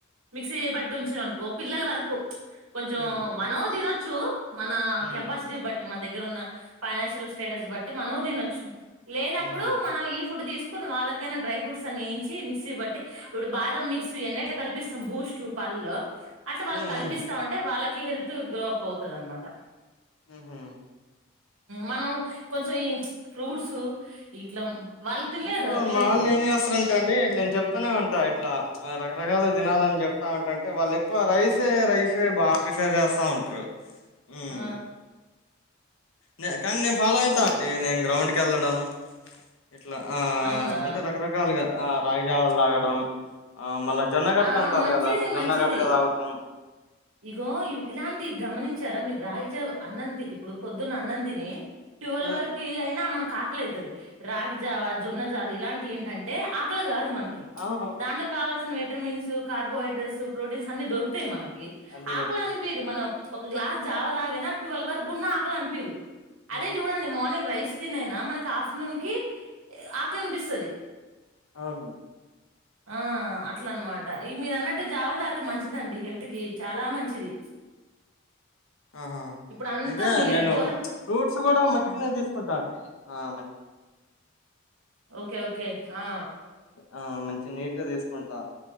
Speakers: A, on the right (about 85°); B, on the left (about 75°).
A: మిక్సీ బట్టి ఉంచినవు అనుకో పిల్లల వరకు కొంచం
B: హుహు.
A: మనం దినచ్చు చూ మన
B: హ్మ్.
A: కెపాసిటీ బట్టి అంటే మన దగ్గర ఉన్న ఫైనాన్షియల్ స్టేటస్ బట్టి మనం తినొచ్చు లేనప్పుడు
B: హుహు.
A: మనం ఈ ఫుడ్ తీసుకు కొన్ని వాళ్ళకైనా డ్రై ఫ్రూట్స్ అని వేయించి మిక్సీ బట్టి ఇప్పుడు బాదం మిక్స్ ఎన్నైట కపిస్తాం బూస్ట్ పళ్ళు అట్లా వాళ్ళకు
B: హ్మ్.
A: కల్పిస్తా
B: హ్మ్.
A: అంటే వాళ్ళకి కి హెల్త్ గ్రో అప్ అవుతది అనమాట
B: ఉహా
A: మనం కొంచెం ఈ ఫ్రూట్స్ ఇట్లా వాళ్ళు తినలేరు
B: ఇంట్లో
A: కదా పిల్లలు
B: మా వాళ్ళు
A: ఇవి
B: ఏం చేస్తారంటే అండి నేను చెప్తానే ఉంటా ఇట్లా రకరకాల దినాలని చెప్తా ఉంటంటే వాళ్ళు ఎక్కువ రైసే రైస్ బాగా ప్రిఫెర్ చేస్తా ఉంటారు హ్మ్
A: ఆ
B: నే కానీ నేను ఫాలో అయితా అండి నేను గ్రౌండ్ కి కెళ్ళడం ఇట్లా ఆ
A: అవునా
B: అంటే రకరకాలుగా ఆ రాయి జావలు తాగడం ఆ మళ్ళా జొన్నగట్టక
A: ఆ
B: అంటారు
A: మంచిది
B: కదా జొన్న
A: మంచిది
B: గటక తాగుతాం
A: ఇగో ఇవి ఇలాంటివి గమనించారా మీరు రాగి జావ్ అన్నం తిని ఇప్పుడు పొద్దున్న అన్నంతిని ట్వెవల్
B: హ్మ్
A: వరకు అయినా ఇక మనకు కాకలయితది రాగిజావ, జొన్నజాలు ఇలాంటి ఏంటంటే ఆకలి కాదు మనకు నకి
B: అవునవును
A: దాంట్లో కావలసిన సీన్ విటర్మిన్స్, కార్బోహైడ్రేట్స్, ప్రోటీన్స్ అన్ని దొరూకుతాయి ఏమో
B: అన్ని
A: ఆకలి
B: దొరుకుతాయి.
A: అనిపిదు మనం ఒక గ్లాస్ జావ తాగనా ట్వెల్వ్ వరకు గున్న ఆకలి అనిపిదు
B: హ్మ్
A: అదే చూడండి మార్నింగ్ రైస్ తినైనా మనకి ఆఫ్టర్నూన్ కి ఆకలి అనిపిస్తది
B: అవును
A: ఆ అట్ల అనమాట ఈ మీరు అన్నట్టు జావల తాగితే మంచిదండి హెల్త్ కి చాలా మంచిది
B: ఆహా
A: ఇప్పుడంతా
B: అయితే
A: మిల్లెట్
B: నేను
A: దోశ
B: ఫ్రూట్స్ కూడా మంచిగానే
A: ఆ!
B: తీసుకుంటాను అండి ఆ మ
A: ఓకే ఓకే ఆ
B: ఆ మంచి నీట్ గా తీసుకుంటా